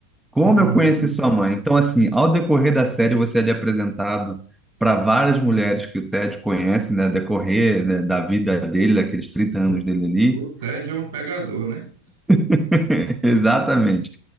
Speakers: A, in the centre; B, on the right.
A: Como
B: Uhum.
A: eu conheci sua mãe? Então, assim, ao decorrer da série, você é ali apresentado para várias mulheres que o Ted conhece, né? Decorrer, né, da vida dele, daqueles 30 anos
B: O,
A: dele ali.
B: o Ted é um pegador, né?
A: <laughs> Exatamente.